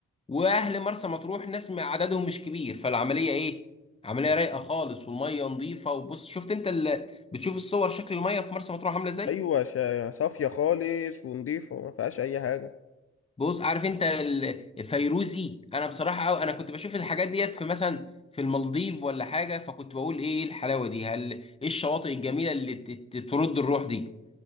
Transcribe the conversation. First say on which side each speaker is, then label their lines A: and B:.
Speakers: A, on the left; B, on the left.
A: واهل مرسى مطروح ناس م- عددهم مش كبير فالعمليه ايه عمليه رايقه خالص والميه نظيفه وبص شفت انت ال... بتشوف الصور شكل الميه في مرسى مطروح عامله ازاي
B: ايوه شا- صافيه خالص ونضيفه وما فيهاش اي حاجه
A: بص عارف انت ال- الفيروزي انا بصراحه أو انا كنت بشوف الحاجات ديت في مثلا في المالديف ولا حاجه فكنت بقول ايه الحلاوه دي هل ايه الشواطئ الجميله اللي ت- ت- ترد الروح دي